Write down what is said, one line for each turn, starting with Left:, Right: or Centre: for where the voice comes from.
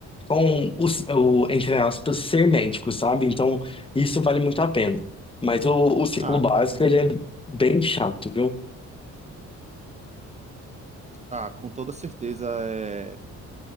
Left: com o, s- o, entre aspas ser médico, sabe? Então isso vale muito a pena. Mas o, o ciclo
Right: Ah,
Left: básico
Right: com,
Left: ele é bem chato, viu?
Right: ah, com toda certeza é,